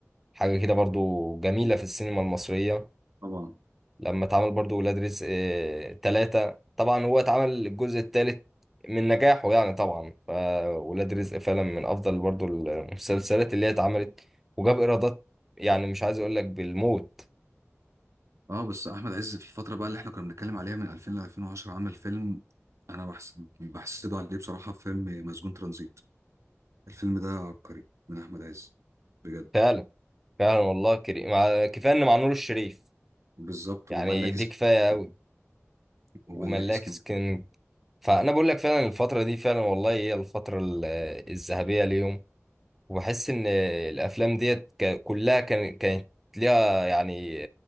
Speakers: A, in the centre; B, on the right.
A: حاجة كده برضو جميلة في السينما المصرية
B: طبعا
A: لما اتعمل برضو ولاد رزق آه، تلاتة طبعا هو اتعمل الجزء التالت من نجاحه يعني طبعا فولاد رزق فعلا من أفضل برضو المسلسلات اللي هي اتعملت وجاب إيرادات يعني مش عايز أقول لك بالموت
B: اه بس احمد عز في الفترة بقى اللي احنا كنا بنتكلم عليها من 2000 ل 2010 عمل فيلم انا بحس بحسده عليه بصراحة فيلم مسجون ترانزيت الفيلم ده عبقري من احمد عز بجد
A: فعلا فعلا والله كريم مع- كفاية إن مع نور الشريف
B: بالظبط
A: يعني
B: وملاك
A: دي
B: اسكندرية
A: كفاية أوي
B: وملاك
A: وملاك
B: اسكندرية
A: سكن فأنا بقول لك فعلا الفترة دي فعلا والله هي الفترة ال- الذهبية ليهم وبحس ان الافلام ديت ك- كلها كان كانت ليها يعني